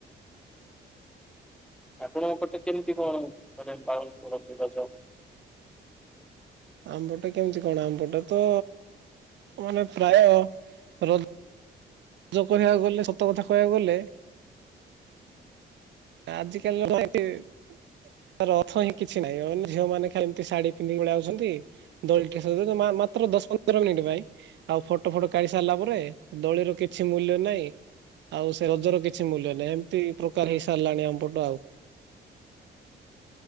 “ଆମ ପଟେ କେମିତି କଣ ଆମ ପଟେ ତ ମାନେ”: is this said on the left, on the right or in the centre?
Right